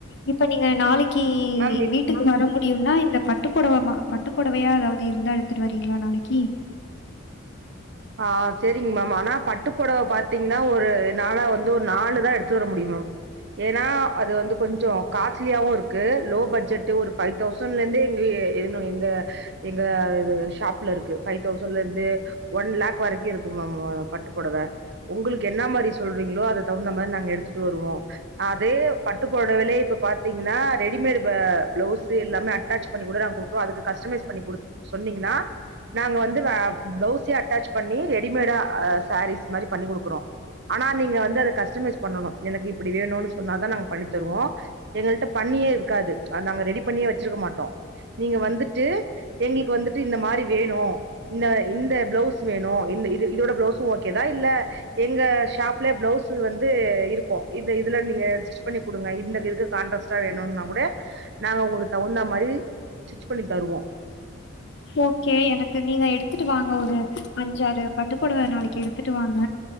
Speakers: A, on the left; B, on the right.
A: இப்ப நீங்க நாளைக்கு
B: மேம் இப்
A: வீட்டு ட்டுக்கு வர முடியும்னா இந்த பட்டு புடவை பட்டு புடவையா எதாவது இருந்தா எடுத்துட்டு வரீங்களா நாளைக்கி
B: ஆ சேரிங்க மேம் ஆனா பட்டுப்புடவ பார்த்தீங்கன்னா ஒரு நால்லா வந்து ஒரு நாலு தான் எடுத்து வர முடியும் மேம் ஏன்னா அது வந்து கொஞ்ச காஸ்ட்லியாவும் இருக்கு லோ பட்ஜெட்டு இருக்கு ஒரு தௌசண்ட்ல இருந்தே எங்க எதுனு எங்க எங்க ஷாப்ல இருக்கு ஃப்பை தௌசண்ல இருந்தே ஒன் லேக் வரைக்கு இருக்கு மேம் பட்டு போடவ உங்களுக்கு என்ன மாறி சொல்றீங்களோ அத தகுந்த மாறி நாங்க எடுத்துட்டு வருவோம் அதே பட்டு புடவேலையிலே இப்ப பாத்தீங்கன்னா ரெடிமேட் பிளவுஸ் எல்லாமே அட்டாச் பண்ணி கூட நா குடு அதுக்கு கஸ்டமைஸ் பண்ணி குடு சொன்னீங்கன்னா நாங்க வந்து பிளவுஸ் ச்சே அட்டாச் பண்ணி ரெடிமேடா சாரீஸ் மாறி பண்ணி குடுக்குறோம் ஆனா நீங்க வந்து அத கஸ்டமைஸ் பண்ணணும் எனக்கு இப்டி வேணும்னு சொன்னாதா நாங்க பண்ணி தருவோம் எங்கள்ட்ட பண்ணியே இருக்காது நாங்க ரெடி பண்ணியே வச்சிருக்க மாட்டோம் நீங்க வந்துட்டு எங்களுக்கு வந்துட்டு இந்த மாறி வேணு இந்த இந்த பிளவுஸ் வேணு இந்த இது இதோட பிளவுஸ் ஓகேதா இல்ல எங்க ஷாப்ல பிளவுஸ் வந்து இருக்கும் இது இதுல நீங்க டிச்பண்ணி குடுங்க இந்த இது கான்ரஸ்ட்டா வேணும்னா கூட நாங்க உங்களுக்கு தகுந்த மாறி ஸ்டிச் பண்ணி தருவோம்
A: ஓகே எனக்கு நீங்க எடுத்துட்டு வாங்க ஒரு அஞ்சாறு பட்டுக்பொடவ நாளைக்கு எடுத்துட்டு வாங்க